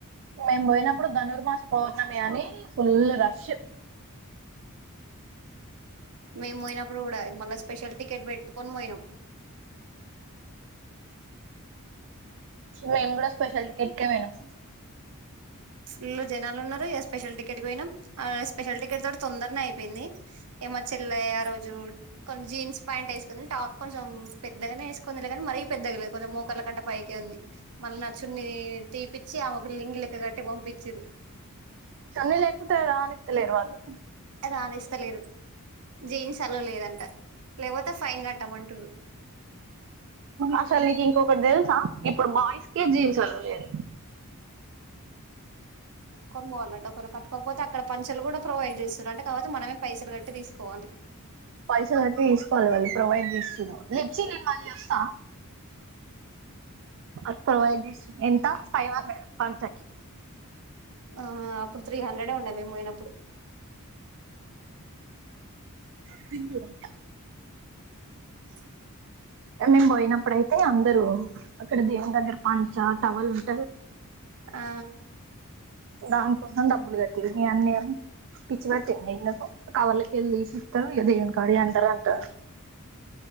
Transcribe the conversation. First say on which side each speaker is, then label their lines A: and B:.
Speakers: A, on the right; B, on the right.
A: నేను పోయినప్పుడు ధనుర్మాస పౌర్ణమి ఫుల్లు రష్షు
B: మేము పోయినప్పుడు కూడా మళ్ళ స్పెషల్ టికెట్ పెట్టుకొని పోయినాం
A: మేము కూడా స్పెషల్ టికెట్కే పోయినం
B: ఫుల్లు జనాలు ఉన్నారు స్పెషల్ టికెట్కి పోయినాం ఆ స్పెషల్ టికెట్ తోటి తొందరనే అయిపోయింది ఏమ చెల్లె ఆ రోజు కొంచం జీన్స్ ప్యాంట్ వేసుకుంది టాప్ కొంచెం పెద్దగానే వేసుకుంది లే కానీ మరీ పెద్దగా లేదు కొంచెం మోకల కంట పైకే ఉంది మళ్ళ నా చున్నీ తీపి చ్చి ఆమెకు లుంగీ లెక్క కట్టి పంపించిర్రు
A: సన్నల్ ఎకుత రానితలే వాళ్ళు
B: రానిస్తలేరు జీన్స్ అలో లేదంట లేకపోతే ఫైన్ కట్టమంటుడు
A: అసలు నీకు ఇంకొకటి తెలుసా ఇప్పుడు బాయ్స్ కి జీన్స్ ఆలో లేదు
B: కొన్ బోలుట ఒకరు కట్టుకోకపోతే అక్కడ పనుంచలు కూడా ప్రొవైడ్ చేస్తారు అంటే కాబపోటి మనమే పైసలు కట్టి తీసుకోవాలి
A: పైసలు అయితే తీసుకోవాలి మళ్ళీ ప్రొవైడ్ చేస్తున్నా లేప్చి నేను మళ్ళీ చస్తా అ ప్రొవైడ్ చేస్తు ఎంత ఫైవ్ హండ్రెడ్ పంచకి
B: ఆ అప్పుడు త్రీ హండ్రెడే ఉండె మేము పోయినప్పుడు
A: తిందువు రా
B: ప్చ్
A: మేము పోయినప్పుడయితే అందరుూ అక్కడ దేవుని దగ్గర పంచ టవల్ ఉంట
B: ఆ
A: దానికోసం డబ్బులు కట్టింది మీ అన్న పిచ్చి పట్టిందా వీళ్ళకు కవర్లకి కెళ్ళి తీసి ఇస్తరు ఇగ దేవని కాడ అంటారు అంటాడు